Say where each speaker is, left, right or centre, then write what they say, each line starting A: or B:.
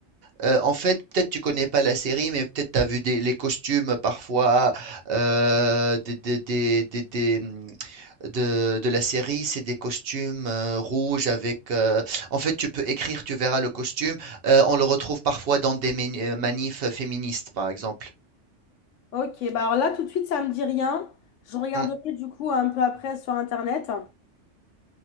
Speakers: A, on the right; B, on the left.
A: Euh, en fait, peut-être tu connais pas la série, mais peut-être tu as vu des, les costumes parfois euh, des, des- des- des- des, hum, de, de la série. C'est des costumes euh, rouges avec. euh, en fait, tu peux écrire, tu verras le costume. Euh, on le retrouve parfois dans des mani- euh, manifs euh, féministes, par exemple.
B: Ok, bah alors là tout de suite ça me dit rien. Je regarderai
A: Mm.
B: du coup un peu après sur internet.